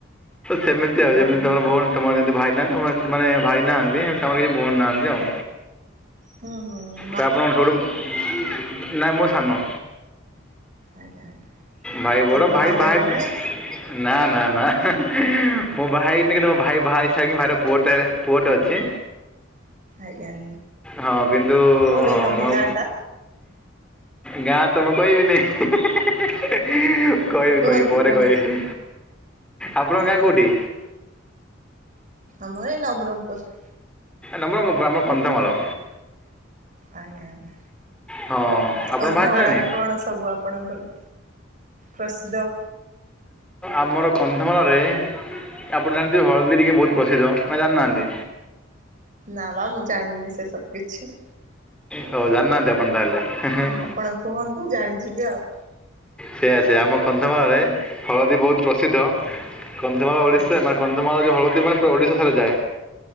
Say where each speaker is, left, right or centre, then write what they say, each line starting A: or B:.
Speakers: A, in the centre; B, on the right.
A: ସେମିତି ଆଉ
B: ହଁ
A: ଯେମିତି
B: ହଁ
A: ତମର ଭଉ ତମର ଯେମିତି ଭାଇ ନାହାନ୍ତି। ତା ମାନେ ଭାଇ ନାହାନ୍ତିି ଆମର କିଛି ଭଉଣି ନାହାନ୍ତି ଆଉ।
B: ହଁ ହଁ।
A: ତ ଆପଣ କଣ ସବୁଠୁ ନା ମୁଁ ସାନ।
B: ଆଜ୍ଞା ଆଜ୍ଞା।
A: ଭାଇ ବଡ଼
B: ଆପଣ
A: ଭାଇ
B: ବାହା
A: ବାହ
B: ହେଇଗଲେଣି
A: ନା ନା ନା ମୁଁ ବାହା ହେଇନି କିନ୍ତୁ ମୋ ଭାଇ ବାହା ହେଇ ସାରିକି ଭାଇ ର ପୁଅଟେ ପୁଅଟେ ଅଛି।
B: ଆଜ୍ଞା।
A: ହଁ କିନ୍ତୁ
B: କୋଉଠି
A: ହଁ
B: ତମ
A: ମୁଁ
B: ଗାଁ ଟା?
A: ଗାଁ ତ ମୁଁ କହିବିନି। କହିବି
B: କୁହନ୍ତୁ
A: କହିବି ପରେ
B: କୁହନ୍ତୁ
A: କହିବି। ଆପଣଙ୍କ
B: ଆଜ୍ଞା
A: ଗାଁ କୋଉଠି?
B: ଆଜ୍ଞା ଆମର ଏଇ ନବରଙ୍ଗପୁର।
A: ନବରଙ୍ଗପୁର ଆମର କନ୍ଧମାଳ।
B: ଆଜ୍ଞା ଆଜ୍ଞା
A: ହଁ ଆପଣ
B: କନ୍ଧମାଳାରେ
A: ବାହା ହେଇସାରିଲେଣି
B: କଣ ସବୁ ଆ ଆପଣଙ୍କର ପ୍ରସିଦ୍ଧ?
A: ଆମର କନ୍ଧମାଳରେ ଆପଣ ଜାଣିଥିବେ ହଳଦୀ ଟିକେ ବହୁତ ପ୍ରସିଦ୍ଧ ନା ଜାଣିନାହାନ୍ତି।
B: ନା ବା ମୁଁ ଜାଣିନି ସେ ସବୁ କିଛି।
A: ହଉ ଯାଣିନାହାନ୍ତି ଆପଣ ତାହଲେ।
B: ଆପଣ କୁହନ୍ତୁ ଜାଣିଯିବି ଆଉ।
A: ସେଇଆ ସେଇଆ ଆମ କନ୍ଧମାଳରେ ହଳଦୀ ବହୁତ ପ୍ରସିଦ୍ଧ। କନ୍ଧମାଳ ଓଡ଼ିଶା
B: ଆଜ୍ଞା।
A: ମାନେ କ ନ୍ଧମାଳ ଯୋଉ ହଳଦୀ ମାନେ ପୁରା ଓଡିଶାସାରା ଯାଏ।